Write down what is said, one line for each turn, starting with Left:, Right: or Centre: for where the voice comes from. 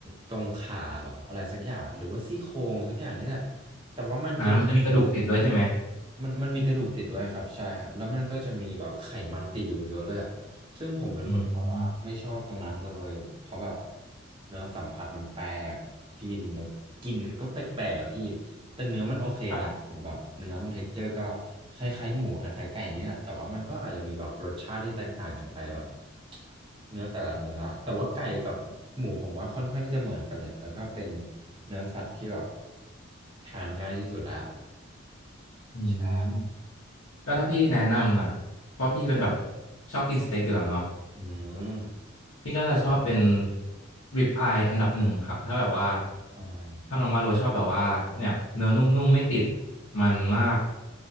Right: ตรงขาเหรออะไรสักอย่างหรือว่าซี่โครงสักอย่างนี่แหละแต่ว่ามันจะมี
Left: อ่ามันจะมีกระดูกติดด้วยใช่ไหม
Right: มันมันมีกระดูกติดด้วยครับใช่ครับแล้วมันก็จะมีแบบไขมันติดอยู่เยอะเลยอะซึ่งผมเป็นคนที่แบบว่าไม่ชอบตรงนั้นเลยเพราะแบบ
Left: อืม
Right: เนื้อสัมผัสมันแปลกกลินกลินมันก็แปลกๆอะพี่แต่เนื้อมันโอเคนะผมแบบเนื้อมันเท็กเจอร์ก็
Left: ครับ
Right: คล้ายๆหมูคล้ายๆไก่เนี่ยแต่ว่ามันก็อาจจะมีแบบรสชาติที่แตกต่างกันไปแบบเนื้อแต่ละเนื้อแต่ว่าไก่กับหมูผมว่าค่อนข้างที่จะเหมือนกันเลยแล้วก็เป็นเนื้อสัตว์ที่แบบทานง่ายที่สุดละ
Left: อื
Right: ใช่
Left: มก็ถ้าพี่แนะนำอ่ะเพราะว่าพี่เป็นแบบชอบกินสเต็กอยู่แล้วเนาะ
Right: อืม
Left: พี่ก็จะชอบเป็นริบอายอันดับหนึ่งครับถ้าแบบว่า
Right: อาย
Left: ถ้าน้องว่าโรชอบแบบว่าเนี่ยเนื้อนุ่มๆไม่ติดมันมาก